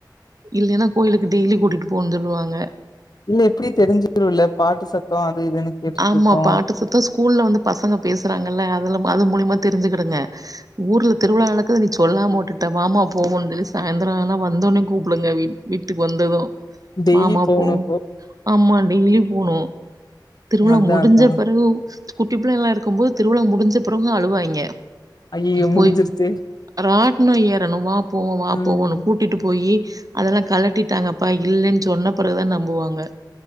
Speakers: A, on the right; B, on the left.
A: இல்லைன்னா கோயிலுக்கு டெய்லி கூட்டிட்டு போன்ந்த்ருவாங்க
B: இல்ல எப்டியு தெரிஞ்சிகனு இல்ல பாட்டு சத்தோ அது இதுன்னு கேட்டுட்ருக்கோ
A: ஆமா பாட்டு சத்தோ ஸ்கூல்ல வந்து பசங்க பேசுறாங்கல்ல அதுல அது மூலயமா தெரிஞ்சிக்கிடுங்க ஊர்ல திருவிழா நடக்குது நீ சொல்லாம உட்டுட்ட வாமா போவோன் சொல்லி சாய்ந்த்ரோ ஆனா வந்தோன்னே கூப்டுங்க வீட் வீட்டுக்கு வந்தது
B: டெய்லி
A: வாமா
B: போகணும்
A: போவோ
B: அப்போ.
A: ஆமா டெய்லி போனோ திருவிழா
B: அதான்,
A: முடிஞ்ச
B: அதான்.
A: பெறவு குட்டி பிள்ளையலா இருக்கும் போது திருவிழா முடிஞ்ச பெறவு அழுவாய்ங்க
B: ஐயய்யோ!
A: போய்
B: முடிஞ்சிருச்சே.
A: ராட்னு ஏறணு வா போவோ வா
B: ம்.
A: போவோனு கூட் டிட்டு போயி அதெல்லா கலட்டிட்டாங்கப்பா இல்லன் சொன்ன பெறவுதா நம்புவாங்க